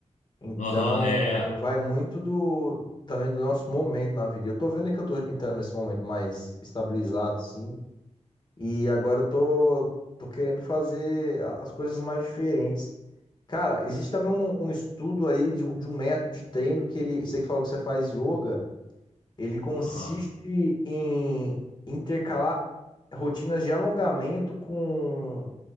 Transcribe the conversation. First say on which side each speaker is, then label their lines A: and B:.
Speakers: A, on the left; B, on the left.
A: Então
B: Aham, é.
A: vai muito do também do nosso momento na vida. Eu tô vendo que eu tô entrando nesse momento mais estabilizado, assim. E agora eu tô, tô querendo fazer a- as coisas mais diferentes. Cara, existe também um, um estudo aí de, um de um método de treino que ele, você que falou que você faz yoga, ele consiste
B: Aham.
A: em intercalar rotinas de alongamento com,